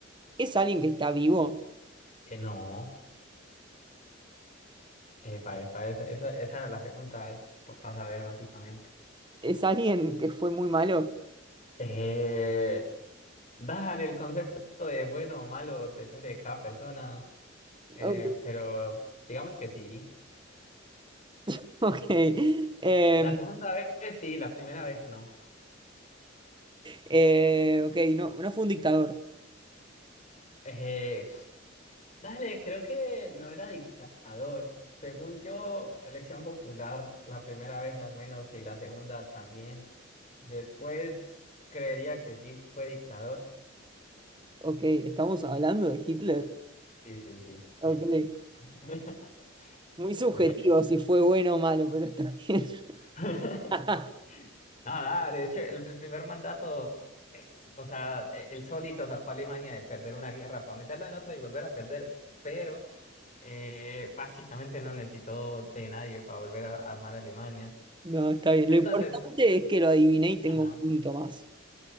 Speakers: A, on the right (about 25°); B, on the left (about 35°).
A: ¿Es alguien que está vivo?
B: eh, no. Eh, pa- pa- esa, esa, esa era la pregunta para saber básicamente.
A: ¿Es alguien que fue muy malo?
B: Eh, dale, el concepto de bueno o malo depende de cada persona, eh,
A: Ok.
B: pero digamos que sí.
A: <laughs> ok. Em,
B: La segunda vez sí, la primera vez no.
A: eh, ok, no, no fue un dictador.
B: Eh, Dale, creo que no era dictador. Según yo, elección popular la primera vez al menos y la segunda también. Después creería que sí fue dictador.
A: Ok, estamos hablando de Hitler.
B: Sí, sí, sí.
A: Ok,
B: Bien. <laughs>
A: muy subjetivo
B: Breve.
A: si fue bueno o malo, pero está bien.
B: <laughs>
A: <laughs>
B: No, dale, de hecho, el, el primer mandato es, o sea, e- él solito sacó a Alemania de perder una guerra para meterla en otra y volver a perder, pero eh, básicamente no necesitó de nadie para volver a armar a Alemania.
A: No, está bien.
B: Entonces,
A: Lo importante es que lo adiviné y tengo
B: ajá,
A: un punto más.